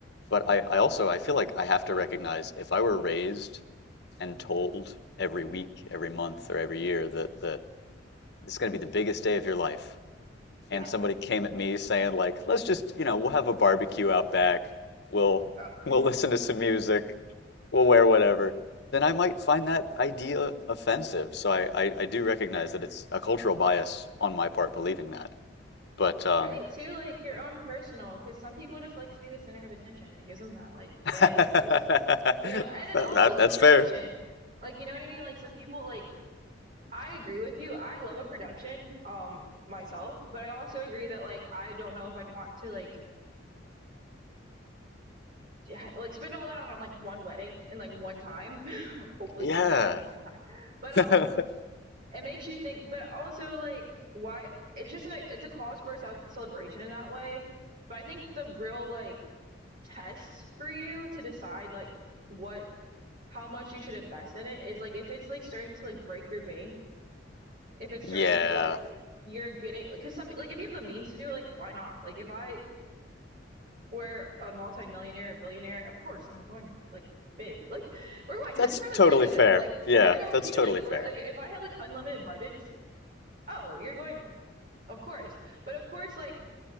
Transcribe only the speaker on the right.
Yeah.
Oh,
true.
I think too, like your own personal, because some people just like to be the center of attention and it gives them that like
day to do so. You know, and then
also like
production.
Like, you know what I mean? Like some people like I agree with you. I love a production, um, myself, but I also agree that like I don't know if I'd want to like d- ha- like spend all that on like one wedding in like one time. <laughs> Hopefully
one wedding, one time. But um
it makes you think, but also like why it's just an, it's a cause for a ce- celebration in that way. But I think the real like tests for you to decide like what how much you should invest in it is like if it's like starting to like break your bank, if it's starting
to like you're getting like because some like if you have the means to do it, like why not? Like if I were a multimillionaire or billionaire, of course I'm going like big. <laughs> Like we're going
just for
the sake of
it. Like
we're gonna go huge.
Like
we're like if I had like unlimited budgets, oh, you're going of course. But of course, like